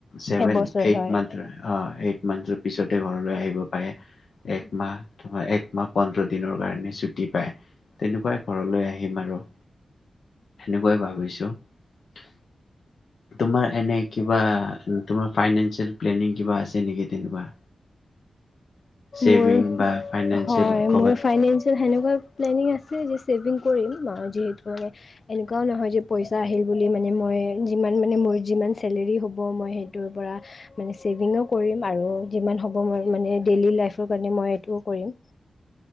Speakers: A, on the left; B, on the left.
A: চেভেন
B: এবছৰ
A: এইট
B: হয়
A: মন্থ অ মন্ত পিছতে ঘৰলৈ আহিব। হয়। এক মাহ তোমাৰ এক মাহ পোন্ধৰ দিন। দিনৰ কাৰণে ছুটি পাই তেনেকুৱাই ঘৰলৈ আহিম আৰু সেনেকোৱাই ভাবিছোঁ অ', তোমাৰ এনে কিবা অ', অ', তোমাৰ ফাইনেঞ্চিয়েল প্লেনিং কিবা আছে নেকি তেনেকুৱা? ছেভিং
B: মোৰ
A: বা ফাইনেন্সিয়েল
B: হয়
A: ক'ৰবাত
B: মোৰ ফাইনেঞ্চিয়েল সেইনে কোৱা প্লেনিং আছে। ছেভিং কৰিম যিহেতু মানে এনেকুৱাও নহয় যে পইচা আহিল বুলি মানে মই যিমান মানে মোৰ যিমান চেলেৰী হ'ব মই সেইটোৰ পৰা মানে ছেভিং কৰিম আৰু যিমান হ'ব মই মানে ডেইলী লাইফ হেতু কাৰনে মই এটো কৰিম।